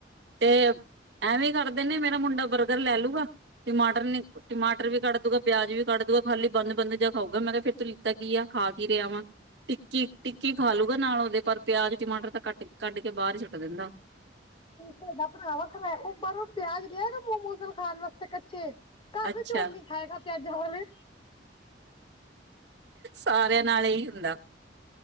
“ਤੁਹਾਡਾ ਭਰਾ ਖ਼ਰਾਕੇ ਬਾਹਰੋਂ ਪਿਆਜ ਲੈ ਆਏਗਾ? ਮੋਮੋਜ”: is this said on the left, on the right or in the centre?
Left